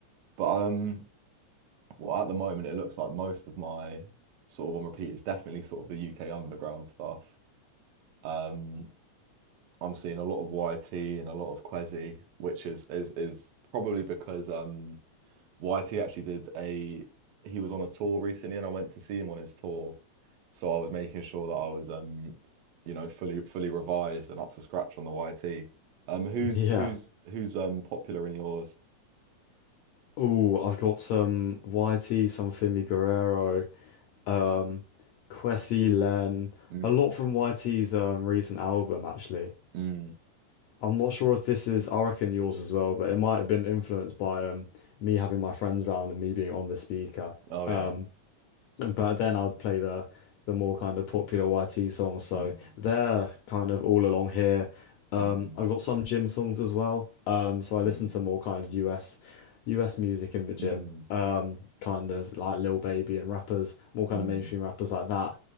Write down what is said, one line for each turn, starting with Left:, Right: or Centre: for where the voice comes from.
Right: But um. Well, at the moment, it looks like most of my sort of on repeat is definitely sort of the UK underground stuff. Um, I'm seeing a lot of YT and a lot of Kwezi, which is is is probably because um YT actually did a he was on a tour recently and I went to see him on his tour. So I was making sure that I was um you know fully fully revised and up to scratch on the YT. Um who's
Left: <laughs> Yeah.
Right: who's who's um popular in yours?
Left: Oh, I've got some YT, some Fimi Guerrero, um, Kwesi Len,
Right: Mm.
Left: a lot from YT's um recent album actually.
Right: Mm.
Left: I'm not sure if this is, I reckon yours as well, but it might have been influenced by um, me having my friends round and me being on the speaker.
Right: Oh
Left: Um,
Right: yeah.
Left: but then I'd play the the more kind of popular YT songs, so
Right: Mm.
Left: they're kind of all along here. Um,
Right: Mm.
Left: I've got some gym songs as well, um, so I listen
Right: Mm.
Left: to more kind of US US music in the gym,
Right: Mm.
Left: um, kind of like Lil Baby and rappers, more kind
Right: Mm.
Left: of mainstream rappers like that.